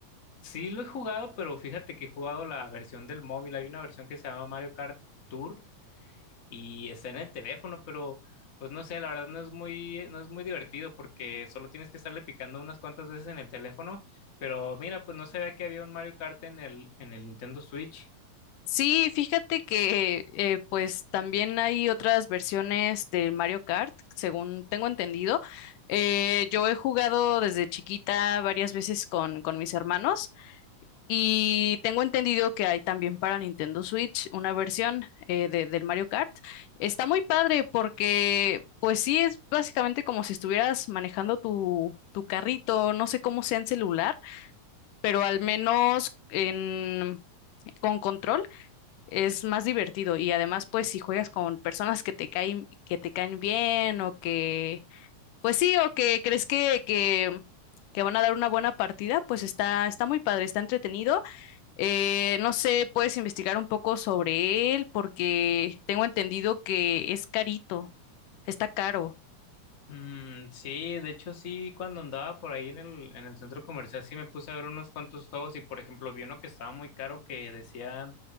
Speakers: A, on the left; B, on the left.
A: sí lo he jugado, pero fíjate que he jugado la versión del móvil. Hay una versión que se llama Mario Kart Tour y está en el teléfono, pero pues no sé, la verdad no es muy, no es muy divertido porque solo tienes que estarle picando unas cuantas veces en el teléfono. Pero mira, pues no sabía que había un Mario Kart en el, en el Nintendo Switch.
B: Sí, fíjate que eh, pues también hay otras versiones del Mario Kart, según tengo entendido. Eh, yo he jugado desde chiquita varias veces con, con mis hermanos Y tengo entendido que hay también para Nintendo Switch una versión eh, de- del Mario Kart. Está muy padre porque, pues sí, es básicamente como si estuvieras manejando tu, tu carrito, no sé cómo sea en celular, pero al menos en, con control es más divertido. Y además, pues si juegas con personas que te caen, que te caen bien o que, pues sí, o que crees que, que, que van a dar una buena partida, pues está, está muy padre, está entretenido. Eh, no sé, puedes investigar un poco sobre él porque tengo entendido que es carito, está caro.
A: Mm, sí, de hecho sí, cuando andaba por ahí en el, en el centro comercial sí me puse a ver unos cuantos juegos y por ejemplo vi uno que estaba muy caro que decía